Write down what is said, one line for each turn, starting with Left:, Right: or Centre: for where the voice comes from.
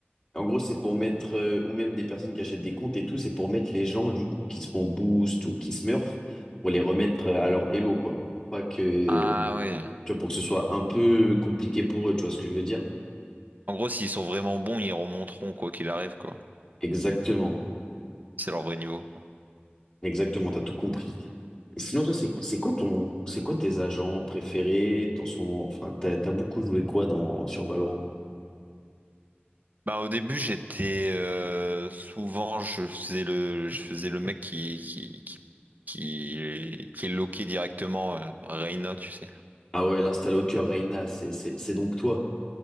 Left: En gros, c'est pour mettre, euh, ou même des personnes qui achètent des comptes et tout, c'est pour mettre les gens, du coup, qui se font boost ou qui smurf, pour les remettre euh, à leur elo, quoi. Pas que,
Right: Ah, ouais.
Left: tu vois, pour que ce soit un peu compliqué pour eux, tu vois ce que je veux dire?
Right: En gros, s'ils sont vraiment bons, ils remonteront quoi qu'il arrive quoi.
Left: Exactement.
Right: C'est leur vrai niveau.
Left: Exactement, t'as tout compris. Et sinon, toi, c'est, c'est quoi ton, c'est quoi tes agents préférés? T'en sont, enfin, t'as, t'as beaucoup joué quoi dans, sur Valorant?
Right: Bah au début j'étais euh, souvent je faisais le je faisais le mec qui qui qui qui, qui est loqué directement euh, Reyna tu sais.
Left: Ah ouais, l'instalocker Reyna, c'est, c'est, c'est donc toi.